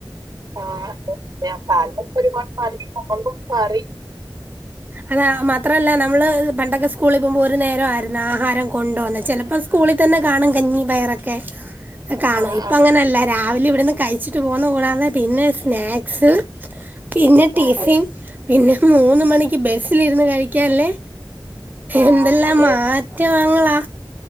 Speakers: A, on the right (about 50°); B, on the right (about 20°).
A: ഓഹ് അതെ കാലും ഒരുപാട് മാറി മ്മളും മാറി.
B: അതാ മാത്രല്ല നമ്മള് പണ്ടൊക്കെ സ്കൂളി പോക്മ്പോ ഒരു നേരം ആയിരുന്നു ആഹാരം കൊണ്ട് പൊന്നെ ചേലപ്പോ കൂളി തന്നെ കാണും കഞ്ഞി പയറൊക്കെ കാണും
A: ആ,
B: ഇപ്പ
A: ആ,
B: അങ്ങനെല്ല രാവിലെ ഇവിടുന്ന് കഴിച്ചിട്ട് പോന്ന കൂടാതെ പിന്നെ സ്നാക്സ് പിന്നെ ട്ടിഫിൻ
A: അതെ
B: പിന്നെ മൂന്ന് മണിക്ക് ബസ്സിലിരുന്ന് കഴിക്കാല്ലേ
A: ആ
B: എന്തെല്ലാം
A: അതെ
B: മാ ന്റെ ആങ്ങളാ.